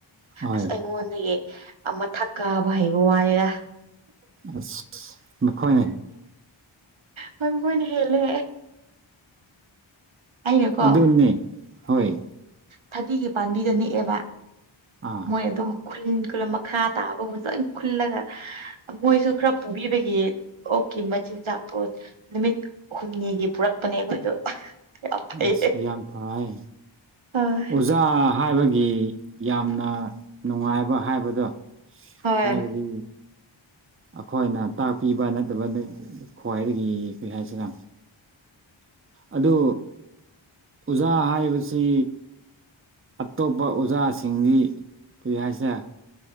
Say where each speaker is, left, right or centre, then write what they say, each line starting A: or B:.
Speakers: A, on the right (about 25°); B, on the right (about 75°).
A: ꯍꯣꯏ
B: ꯑꯁ ꯑꯩꯉꯣꯟꯗꯒꯤ ꯑꯃꯊꯛ ꯀꯥꯕ ꯍꯩꯕ ꯋꯥꯅꯤꯗ
A: ꯑ ꯅꯈꯣꯏ
B: ꯍꯕꯨ ꯀꯣꯏꯅ ꯍꯂꯦ ꯑꯩꯅꯀꯣ
A: ꯑꯗꯨꯅꯤ ꯍꯣꯏ
B: ꯊꯕꯤꯒꯤ ꯄꯥꯝꯕꯤꯗ ꯅꯦꯛꯑꯦꯕ
A: ꯑꯥ
B: ꯃꯣꯏ ꯑꯗꯨꯝ ꯈꯨꯟ ꯈꯨ ꯃꯈꯥ ꯇꯥꯕꯒꯨꯝꯕ ꯂꯣꯏꯅ ꯈꯨꯜꯂꯒ ꯃꯣꯏꯁꯨ ꯈꯔ ꯄꯨꯕꯤꯕꯒꯤ ꯑꯣꯛ ꯀꯤ ꯃꯆꯤꯟꯖꯥꯛ ꯄꯣ ꯅꯨꯃꯤꯠ ꯍꯨꯝꯅꯤꯒꯤ ꯄꯨꯔꯛꯄꯅꯦ ꯑꯩꯈꯣꯏꯗꯣ ꯌꯥꯝ ꯐꯩꯌꯦ
A: ꯑꯁ ꯌꯥꯝ ꯐꯥꯏ
B: ꯍꯣꯏ
A: ꯑꯣꯖꯥ ꯍꯥꯏꯕꯒꯤ ꯌꯥꯝꯅ ꯅꯨꯡꯉꯥꯏꯕ ꯍꯥꯏꯕꯗꯣ
B: ꯍꯣꯏ
A: ꯍꯥꯏꯕꯗꯤ ꯑꯈꯣꯏꯅ ꯇꯥꯛꯄꯤꯕ ꯅꯠꯇꯕ ꯈ꯭ꯋꯥꯏꯗꯒꯤ ꯀꯔꯤ ꯍꯥꯏꯁꯤꯔꯥ ꯑꯗꯨ ꯑꯣꯖꯥ ꯍꯥꯏꯕꯁꯤ ꯑꯇꯣꯞꯄ ꯑꯣꯖꯥꯁꯤꯡꯗꯤ ꯀꯔꯤ ꯍꯥꯏꯁꯤꯔ